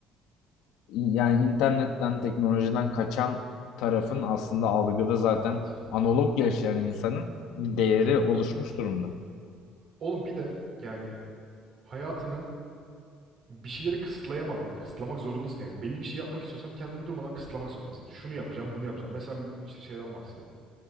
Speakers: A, on the left; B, on the right.
A: yani internetten, teknolojiden kaçan tarafın aslında algıda zaten
B: Evet.
A: analog yaşayan insanın bir değeri oluşmuş durumda.
B: Oğlum bir de yani hayatını bir şeyleri kısıtlayamadan, kısıtlamak zorundasın yani. Belli bir şey yapmak istiyorsan kendini durmadan kısıtlamak zorundasın. Şunu yapacağım, bunu yapacağım. Mesela işte şeyden bahsedelim.